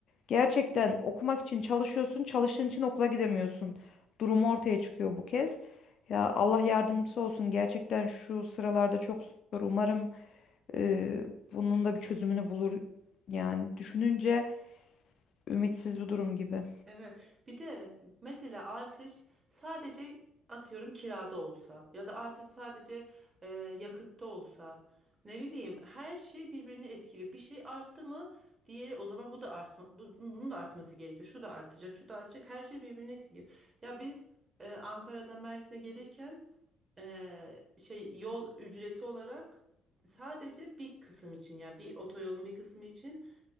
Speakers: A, on the left (about 60°); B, on the right (about 35°).
A: Gerçekten okumak için çalışıyorsun, çalıştığın için okula gidemiyorsun. Durumu ortaya çıkıyor bu kez. Ya Allah yardımcısı olsun. Gerçekten şu sıralarda çok zor. Umarım e, bunun da bir çözümünü bulur. Yani düşününce ümitsiz bir durum gibi.
B: Evet. Bir de mesela artış sadece atıyorum kirada olsa ya da artış sadece e, yakıtta olsa ne bileyim her şey birbirini etkiliyor. Bir şey arttı mı diğeri o zaman bu da artma bu- bunun da artması gerekiyor. Şu da artacak, şu da artacak. Her şey birbirini etkiliyor. Ya biz e, Ankara'dan Mersin'e gelirken e, şey yol ücreti olarak sadece bir kısım için yani bir otoyolun bir kısmı için